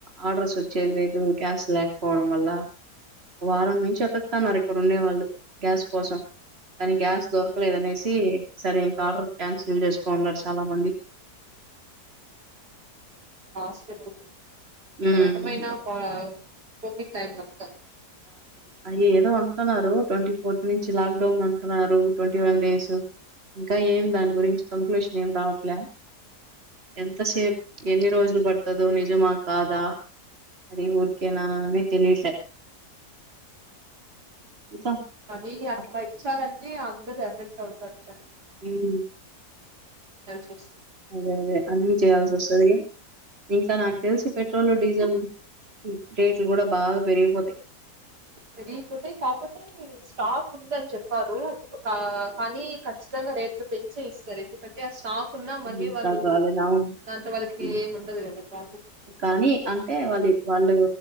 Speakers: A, on the right; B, on the right.
A: ఆడర్స్ వచ్చ చేదిలేదు గ్యాస్ లేకపోవడం వల్ల వారం నుంచి వెతుకుతున్నారు ఇక్కడ ఉండేవాళ్ళు గ్యాస్ కోసం కనీ గ్యాస్ దొరకలేదనేసి సరేం డర్ క్యాన్సిల్ చేసుకోన్నారు చాలా మంది
B: హాస్పిటల్
A: హ్మ్.
B: రక మేననా కోమక్ టైమ్లాక
A: అ ఏదో అంటున్నారు ట్వంటీ ఫోర్త్ నుంచి లాక్డౌన్ అంటున్నారు ట్వంటీ వన్ డేస్ ఇంకా ఏం దాని గురించి కంక్లూషన్ ఏం రావట్లే ఎంతసేపు ఎన్ని రోజులు పడుతుందో నిజమా కాదా అది ఊరికేనా తెలియట్లే చూద్దాం.
B: కానీ అట్లా
A: అక్
B: ఇచ్చారంట ఏ అందరు ఎఫెక్ట్ అవుతారు
A: హ్మ్.
B: <unintelligible> <inaudible>
A: అదే అదే అన్ని చేయాల్సి వస్తది ఇంకా నాకు తెలిసి పెట్రోల్ డీజిల్ రేట్లు కూడా బాగా పెరిగిపోతయి
B: పెరిగిపోతాయి కాపోతే స్టాక్ ఉందని చెప్పారు కానీ కఖచ్చితంగా రేట్లు పెంచేయిస్తారు ఎందుకంటే ఆ స్టాక్ ఉన్నా
A: హ్మ్.
B: మళ్ళీ వాళ్ళు
A: రకరకాలైన అవును.
B: దాంతో వాళ్ళకి
A: హ్మ్.
B: ఏమి ఉండదు కదా ప్రా
A: కానీ అంటే వాళ్ళు వాళ్ళు